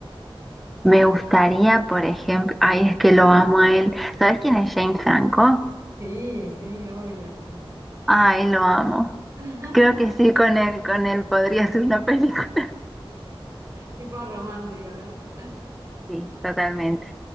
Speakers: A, in the centre; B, on the right.
A: me gustaría, por ejemplo, ay, es que lo amo a él. ¿Sabes quién es James Franco?
B: Sí, sí, obvio.
A: Ay, lo amo.
B: <laughs>
A: Creo que sí, con él, con él podría ser una película. <laughs>
B: Tipo romántica, ¿no?
A: Sí, totalmente.